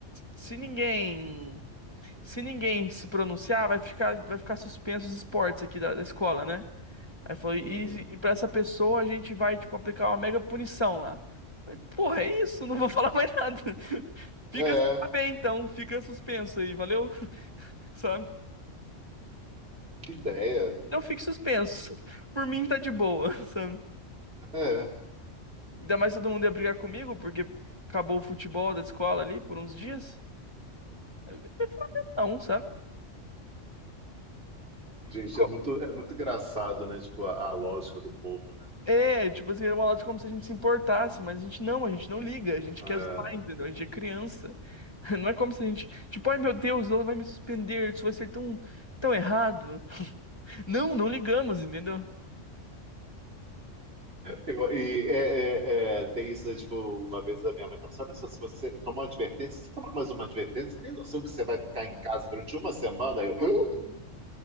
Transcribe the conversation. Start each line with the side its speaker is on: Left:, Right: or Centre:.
Left: se ninguém se ninguém se pronunciar, vai ficar vai ficar suspenso os esportes aqui da, da escola, né? Aí falou, e,
Right: Uhum.
Left: e pra essa pessoa a gente vai, tipo, aplicar uma mega punição lá. Falei, porra, é isso, não vou <laughs> falar mais nada. <laughs> Fica
Right: É,
Left: tá bem, então, fica suspenso aí, valeu? <laughs> Sabe?
Right: que ideia.
Left: Então fique suspenso. Por mim tá de boa, <laughs> sabe?
Right: É.
Left: Ainda mais todo mundo ia brigar comigo, porque acabou o futebol da escola ali por uns dias. Aí Eu não ia falar mesmo não, sabe?
Right: Gente,
Left: E co-
Right: é muito, é muito engraçado, né? Tipo, a, a lógica do povo, né?
Left: É, tipo assim, era uma lógica como se a gente se importasse, mas a gente não, a gente não liga, a gente
Right: É.
Left: quer zoar, entendeu? A gente é criança. <laughs> Não é como se a gente, tipo, ai meu Deus, ela vai me suspender, isso vai ser tão, tão errado. Não, não ligamos, entendeu?
Right: Eu- E é, é, é, tem isso, né, tipo, uma vez a minha mãe falou assim, olha só, se você tomar uma advertência, se você tomar mais uma advertência, tem noção que você vai ficar em casa durante uma semana? Aí Eu, "Ah,